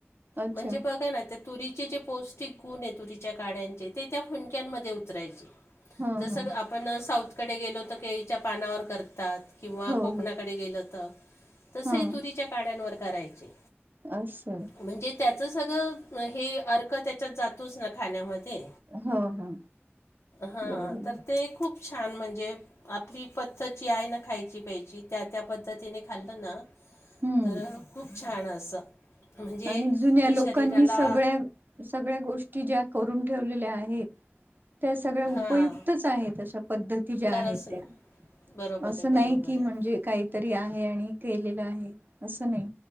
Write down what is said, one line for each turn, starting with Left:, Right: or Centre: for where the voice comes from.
Right: अच्छा
Left: म्हणजे बघा ना तुरीचे जे पौष्टिक गुण आहे तुरीच्या काड्यांचे ते त्या फुणक्यांमध्ये उतरायचे
Right: हा
Left: जसं
Right: हा
Left: आपण साऊथकडे गेलो तर केळीच्या पानावर करतात. किंवा
Right: हो
Left: कोकणाकडे
Right: हो
Left: गेलं तर, तसं
Right: हा
Left: हे तुरीच्या काड्यांवर करायचे.
Right: असं.
Left: म्हणजे त्याचं सगळं हे अर्क त्याच्यात जातोच ना खाण्यामध्ये.
Right: हो हो
Left: हा
Right: बरोबर
Left: तर
Right: आहे
Left: ते खूप छान म्हणजे आपली पद्धत जी आहे ना खायची प्यायची त्या त्या पद्धतीने खाल्लं ना
Right: हम्म
Left: तर खूप छान असं म्हणजे
Right: आणि जुन्या
Left: जे
Right: लोकांनी
Left: शरीराला
Right: सगळ्या सगळ्या गोष्टी ज्या करून ठेवलेल्या आहेत. त्या सगळ्या उपयुक्तच
Left: हां
Right: आहेत अशा पद्धती ज्या
Left: खरंच
Right: आहेत
Left: ना
Right: त्या.
Left: बरोबर
Right: असं
Left: आहे बरोबर
Right: नाही की म्हणजे
Left: आहे
Right: काहीतरी आहे आणि केलेलं आहे असं नाही.